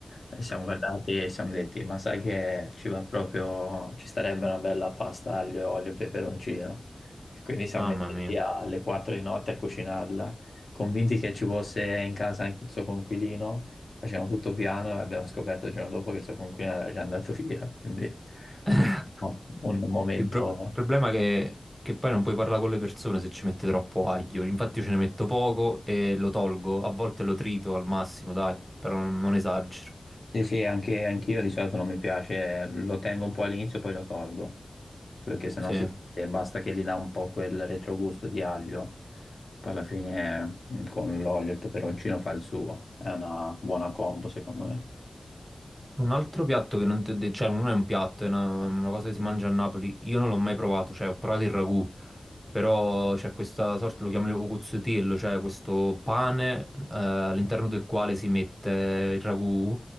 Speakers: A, on the left (about 60°); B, on the right (about 15°).
A: E siamo guardati e ci siamo detti: Ma sai che ci va proprio, ci starebbe una bella pasta aglio e olio e peperoncino. E
B: <laughs>
A: quindi siamo
B: mamma
A: messi
B: mia.
A: lì alle 4 di notte a cucinarla, convinti che ci fosse in casa anche il suo conquilino. Facevamo tutto piano e abbiamo scoperto il giorno dopo che il suo coinquilino era già andato via, quindi
B: <laughs>
A: no, un momento...
B: Il, pro- il problema è che, che poi non puoi parlare con le persone se ci metti troppo aglio. Infatti, io ce ne metto poco e lo tolgo. A volte lo trito al massimo, dai, però non non esagero.
A: Sì, sì, anche anch'io di solito non mi piace, lo tengo un po' all'inizio poi lo tolgo, perché sennò
B: Sì.
A: si sente, basta che gli dà un po' quel retrogusto di aglio, poi alla fine mm, con l'olio e il peperoncino fa il suo, è una buona combo secondo me.
B: Un altro piatto che non ti ho detto, cioè non è un piatto, è una, una cosa che si mangia a Napoli. Io non l'ho mai provato, cioè ho provato il ragù, però c'è questa sorta, lo chiamano cuzzotiello, cioè questo pane eh, all'interno del quale si mette il ragù